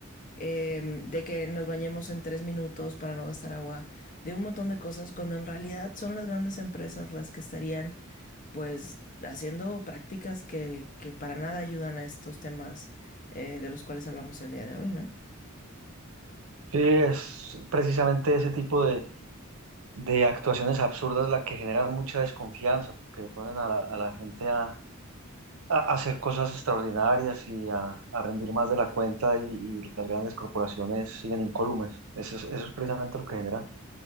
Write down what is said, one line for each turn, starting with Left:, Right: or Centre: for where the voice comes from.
Left: eh, de que nos bañemos en tres minutos para no gastar agua, de un montón de cosas, cuando en realidad son las grandes empresas las que estarían pues haciendo prácticas que, que para nada ayudan a estos temas eh, de los cuales hablamos el día de hoy, ¿no?
Right: Sí, es precisamente ese tipo de, de actuaciones absurdas la que generan mucha desconfianza, porque ponen a la, a la gente a, a hacer cosas extraordinarias y a, a rendir más de la cuenta y, y las grandes corporaciones siguen incólumes. Eso es, eso es precisamente lo que genera,